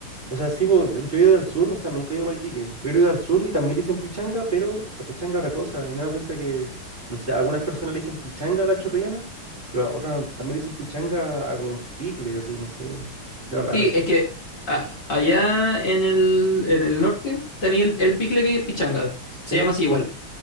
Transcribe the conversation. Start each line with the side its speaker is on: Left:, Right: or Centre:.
Right: O sea, sí, pues, yo he ido al sur, o sea, nunca he ido a Iquique, pero he ido al sur y también le dicen pichanga, pero la pichanga es otra cosa. Y me he dado cuenta que, no sé, algunas personas le dicen pichanga a la chorrillana, pero a otras también le dicen pichanga a como un picle, así, no sé. No, es raro.
Left: Sí, es que ah, allá en el, en el norte tenía el, el picle que es pichanga,
Right: ¿Sí?
Left: se llama así igual.